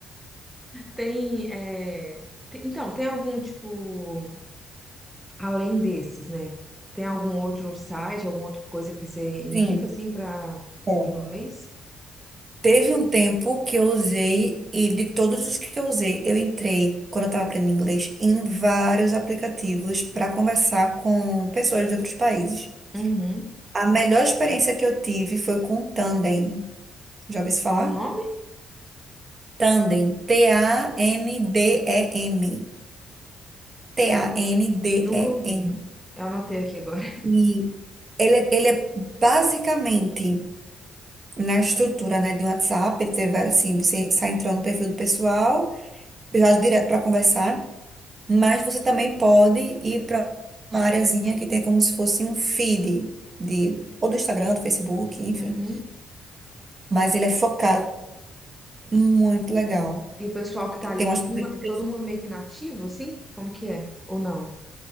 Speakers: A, in the centre; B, on the right.
A: tem, é, tem- Então, tem algum, tipo, além desses, né? Tem algum outro site, alguma outra coisa que você indica,
B: Sim.
A: assim, pra,
B: É.
A: pro inglês?
B: Teve um tempo que eu usei, e de todos os que eu usei, eu entrei, quando eu estava aprendendo inglês, em vários aplicativos para conversar com pessoas de outros países.
A: Uhum.
B: A melhor experiência que eu tive foi com o Tandem. Já ouviu se
A: Qual
B: falar?
A: o nome?
B: Tandem. T-A-N-D-E-M. T-A-N-D-E-M. E M. T A N D
A: Nunca ouvi.
B: E M.
A: Eu anotei aqui agora.
B: E ele, ele é basicamente na estrutura, né, de um WhatsApp. Ele tem vários, assim, você sai entrando no perfil do pessoal, já direto para conversar. Mas você também pode ir para uma areazinha que tem como se fosse um feed de, ou do Instagram, do Facebook, enfim.
A: Uhum.
B: Mas ele é focado, muito legal.
A: E o pessoal que
B: E
A: tá
B: tem
A: ali
B: umas
A: é tudo,
B: políticas,
A: na- todo mundo meio que nativo, assim? Como que é? Ou não?